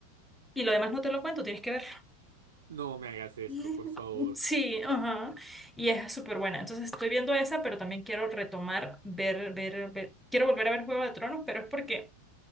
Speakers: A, in the centre; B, on the right.
A: Y lo demás no te lo cuento, tienes que verlo.
B: No me hagas esto,
A: <laughs>
B: por favor.
A: Sí, ajá. Y es súper buena. Entonces estoy viendo esa, pero también quiero retomar, ver, ver, ver. Quiero volver a ver Juego de Tronos, pero es porque